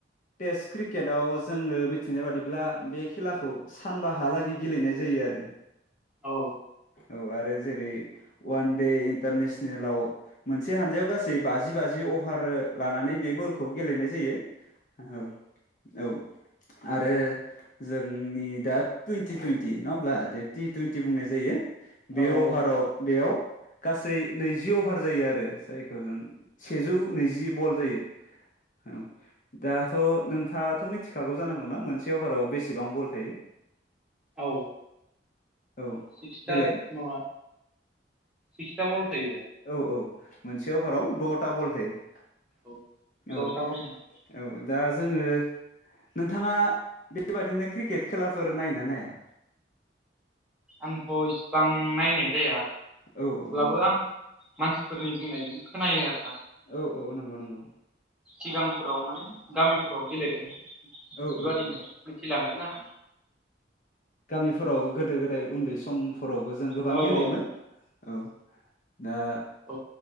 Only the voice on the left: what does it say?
टेस्ट क्रिकेटाव जोङो मिथिनाय बादिब्ला बे खेलाखौ सानबा हालागै गेलेनाय जायो। आरो।
औ आरो जेरै वान दे इन्टारनेसनेलाव। मोनसे हानजायाव गासै बाजि बाजि अभार लानानै बे बलखौ गेलेनाय जायो। औ औ। आरो जोंनि दा टुइन्टि टुइन्टि नङा होमब्लाे टि टुइन्टि बुंनाय जायो। बे
अभाराव बेयाव गासै नैजि अ। अभार जायो आरो जायखौ जों सेजौ नैजि बल जायो। औ दा। थ' नोंथाङाथ' मिथिखागौ जानांगौना मोनसे अभाराव बेसेबां बल थायो।
औ
देलाय
औ औ मोनसे अभाराव द'था बल थायो।
औ
औ दा जोङो। नोंथाङा बेबादिनो क्रिकेट खेलाफोर नायनो नाया?
औ
औ
औ औ नंगौ नंगौ
औ औ औ
गामिफोराव गोदो गोदाय उन्दै सम समफोरावबो जों गोबां
गेलेयोमोन
औ दा